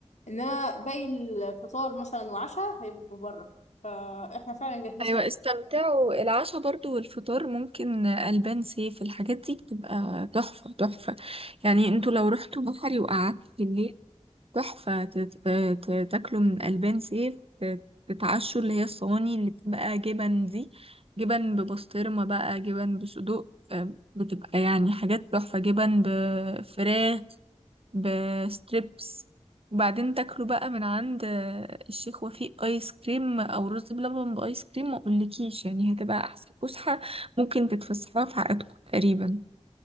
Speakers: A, on the left (about 80°); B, on the right (about 55°).
A: انما باقي الفطار مثلا وعشاء هيبقوا بره فاحنا فعلا جهزنا
B: ايوه استمتعوا العشاء برضو والفطار ممكن البان سيف الحاجات دي بتبقى تحفه تحفه يعني انتوا لو رحتوا بحري وقعدتوا بالليل تحفه تت- ت- تاكلوا من البان سيف تت- تتعشوا اللي هي الصواني اللي بتبقى جبن دي جبن ببسطرمه بقى جبن بصدوق آه، بتبقى يعني حاجات تحفه جبن بفراخ بستريبس وبعدين تاكلوا بقى من عند آه، الشيخ وفيق ايس كريم او رز بلبن بايس كريم ما اقولكيش يعني هتبقى احسن فسحه ممكن تتفسحوها في حياتكم تقريبا